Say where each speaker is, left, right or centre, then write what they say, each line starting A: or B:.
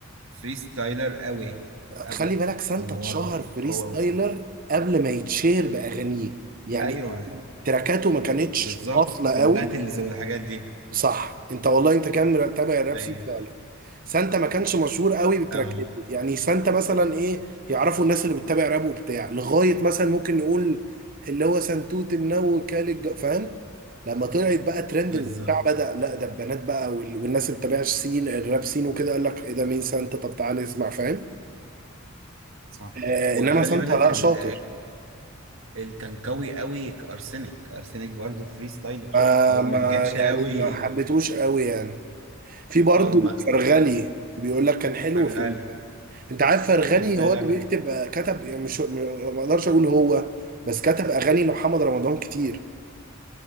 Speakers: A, on the right; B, on the right.
A: فري ستايلر قوي ابو
B: خلي بالك سانتا
A: الانوار
B: اتشهر
A: برضه
B: فري
A: هو
B: ستايلر
A: وسانتا
B: قبل ما يتشهر باغانيه يعني
A: ايوه
B: تراكاته ما كانتش
A: بالظبط
B: واصله
A: في
B: قوي
A: الباتلز والحاجات دي
B: صح انت والله انت كان متابع الراب
A: ايوه
B: سين فعلا سانتا ما كانش مشهور قوي بتراكاته
A: اه
B: يعني سانتا مثلا ايه يعرفوا الناس اللي بتتابع راب وبتاع لغايه مثلا ممكن نقول اللي هو سنتوت النو كالج فاهم لما طلعت بقى ترندنج
A: بالظبط
B: وبتاع بدأ لا ده البنات بقى وال- والناس اللي بتتابعش سين الراب سين وكده قال لك ايه ده مين سانتا طب تعالى نسمع فاهم
A: صح
B: آه
A: وخلي
B: انما سانتا
A: بالك
B: لا
A: كان
B: شاطر
A: ال- كان قوي قوي ارسنال ارسنال برضه فري ستايلر
B: ما
A: هو
B: ما
A: ما نجحش
B: يعني
A: قوي
B: ما حبيتهوش قوي يعني في برضه
A: هو ما
B: فرغلي بيقول لك كان حلو
A: فرغالي
B: في انت عارف فرغني
A: فري ستايلر
B: هو اللي بيكتب آه، كتب يعني مش ما اقدرش اقول هو بس كتب اغاني لمحمد رمضان كتير